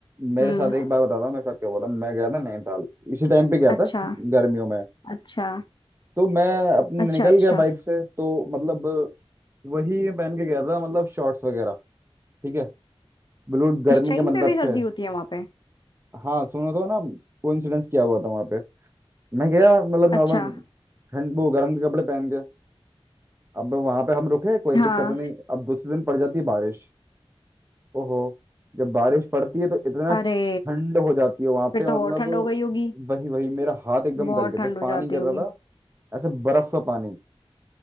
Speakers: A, on the right; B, on the left.
A: मेरे
B: हम्म
A: साथ एक बार बताता हूँ मेरे साथ क्या बोला मैं गया था नैनीताल इसी टाइम पे गया
B: अच्छा
A: था गर्मियों में
B: अच्छा,
A: तो मैं अपने
B: अच्छा,
A: निकल
B: अच्छा।
A: गया बाइक से तो मतलब वही मैं पहन के गया था मतलब शॉर्ट्स वगैरह ठीक है बिल्कुल गर्मी
B: इस टाइम
A: के मतलब
B: पे भी सर्दी
A: से
B: होती है वहां पे?
A: हाँ सुनो तो ना कोइंसिडेंस क्या हुआ था वहां पे मैं गया मतलब
B: अच्छा,
A: नॉर्मल ठंड वो गर्म के कपड़े पहन के अब वहां पे हम रुके कोई
B: हाँ।
A: दिक्कत नहीं अब दूसरे दिन पड़ जाती है बारिश ओहो जब बारिश पड़ती है तो इतना ठंड
B: अरे
A: हो जाती है वहां
B: फिर
A: पे
B: तो
A: मतलब
B: और ठंड हो गई होगी
A: वही वही मेरा हाथ एकदम
B: बहुत
A: गल गए
B: ठंड
A: थे
B: हो
A: पानी
B: जाती
A: गिर
B: होगी
A: रहा था ऐसे बर्फ का पानी